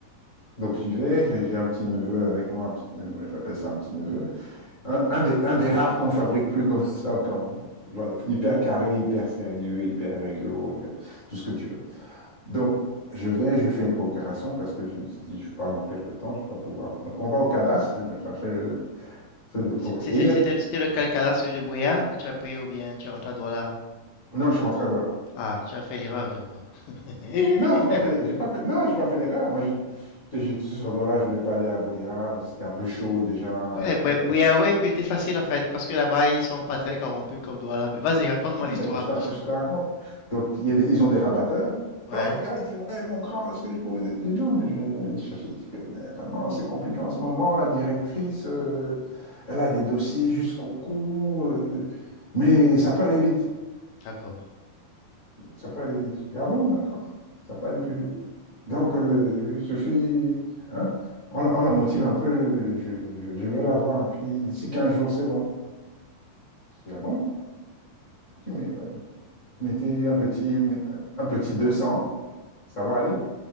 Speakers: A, on the left; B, on the left.
A: donc j'y vais, j'ai j'ai un petit neveu avec moi, un petit neveu, j'appelle ça un petit neveu. Un, un des, un des rares qu'on fabrique plus comme <laughs> ça au Cameroun. Voilà, Hyper carré, hyper sérieux, hyper réglo, hyper- tout ce que tu veux. Donc, je vais, je lui fais une procuration parce que je me suis dit, je pars dans quelques temps, je ne vais pas pouvoir. Donc, on va au cadastre, je me cherchais le truc de
B: C'est-
A: propriété.
B: c'est-
A: Et il y
B: C'était
A: a...
B: c'était le Calcada, celui de Boyard, que tu as pris ou bien tu es rentré à Douala?
A: Non, je suis rentré à Douala.
B: Ah, tu as fait l'erreur, j'ai pas. <laughs>
A: Non, j'ai pas fait, j'ai pas fait, non, j'ai pas fait l'erreur. Moi, j'ai- j'étais j'étais sur Douala, je voulais pas aller à Boya, c'était un peu chaud déjà,
B: Ouais,
A: euh,
B: Boy-
A: avec
B: Boyard aurait pu être facile en fait, parce que là-bas ils sont pas très corrompus comme Douala. Mais vas-y, raconte-moi l'histoire.
A: Mais je te, ra- je te raconte. Donc, il y a des- ils ont des rabatteurs.
B: Ouais,
A: Non, le gars, il dit, ouais, mon grand, est-ce que je peux vous aider? Je dis, non, mais je vais te chercher. Il dit que, mais vraiment, c'est compliqué en ce moment. La directrice, euh, elle a des dossiers jusqu'au cou, euh, mais ça peut aller vite.
B: d'accord.
A: Ça peut aller vite. Je dis, ah bon, d'accord, ça peut aller plus vite. Donc, euh, il suffit, hein, on, la on la motive un peu, je, je- je vais la voir, et puis d'ici 15 jours, c'est bon. Je dis, ah bon? Il dit, mais ouais, mettez un petit, un petit deux cents Ça va aller.